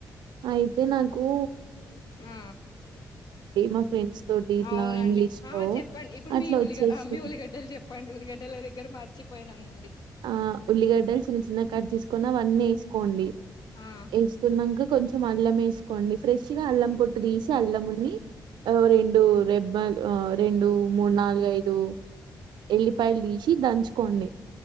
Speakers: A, on the right; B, on the left.
A: అయితే నన్ కు
B: ఆ
A: మా ఫ్రెండ్స్ తోటి ఇట్లా
B: అవునండి
A: ఇంగ్లీష్
B: ఆ
A: లో
B: చెప్పండి ఇప్పుడు
A: అట్లా
B: మీ ఉలి
A: వచ్చేస్తది
B: మీ ఉల్లిగడ్డలు చెప్పండి ఉల్లిగడ్డలది దగ్గర మచిపోయానను
A: ఆ ఉల్లిగడ్డలు చిన్న చిన్న కట్ తీసుకొని అవన్నీ వేసుకోండి
B: ఆ
A: వేసుకున్నాక కొంచెం అల్లం వేసుకోండి ఫ్రెష్ ఇగ అల్లం పొట్టు తీసి అల్లముని ఆ రెండు రె రెండు మూడు నాలుగుఐదు ఎల్లిపాయలు తీసి దంచుకోండి